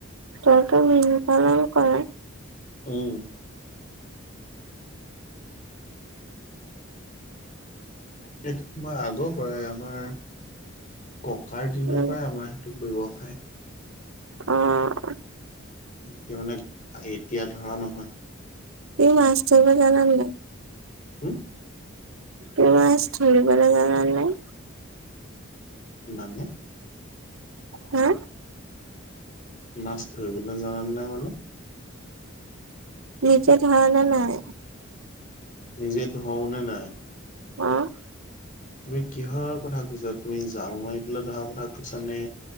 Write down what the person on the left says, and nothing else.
উম। সেইটো মই আগৰ পৰাই আমাৰ ককাৰ দিনৰপৰাই
আমাৰ সেইটো ব্যৱসায়।
কি মানে এতিয়া ধৰা নহয়।
হু?
মানে?
মাছ ধৰিবলৈ নাজানিলে মানে?
নিজে ধৰো নে নাই?
তুমি কিহৰ কথা কৈছা, তুমি জাল মাৰি পেলাই ধৰাৰ কথা কৈছা নে?